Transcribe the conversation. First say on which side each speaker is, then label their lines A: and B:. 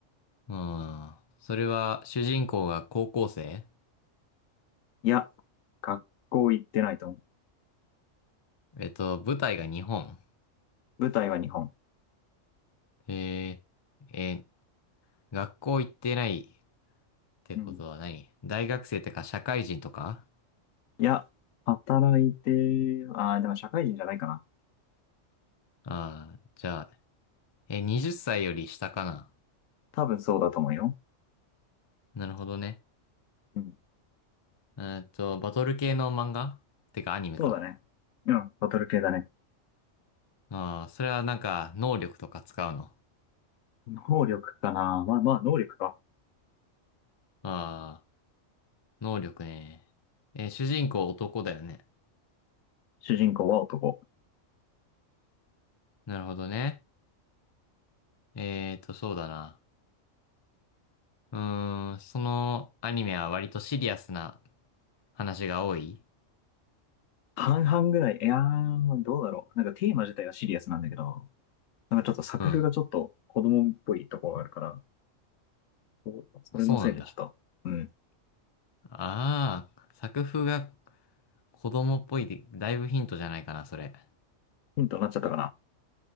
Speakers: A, on the left; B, on the left.
A: うん。それは主人公が高校生
B: いや、学校行ってないと思う。
A: えっと、舞台が日本。
B: 舞台は日本。
A: えー、えー、学校行ってないてことは何大学生とか社会人とか
B: うん。いや、働いて、ああ、でも社会人じゃないかな。
A: ああー、じゃあ、え、20歳より下かな。
B: 多分そうだと思うよ。
A: なるほどね。
B: うん。
A: えーっと、バトル系の漫画てかアニメか。
B: そうだね。うん、バトル系だね。
A: ああ、それはなんか能力とか使うの。
B: 能力かな。まあまあ、能力か。
A: ああ、能力ね。えー主人公男だよね。
B: 主人公は男。
A: なるほどね。えーっと、そうだな。うーん、そのアニメは割とシリアスな話が多い
B: 半々ぐらい。いやー、どうだろう。なんかテーマ自体はシリアスなんだけど、なんかちょっと作風がちょっと子供っぽいところがあるから、
A: うん。
B: そうそれのせいでちょっと、
A: あ、そうなんだ。
B: うん、
A: ああ、作風が子供っぽいで、だいぶヒントじゃないかな、それ。
B: ヒントになっちゃったかな。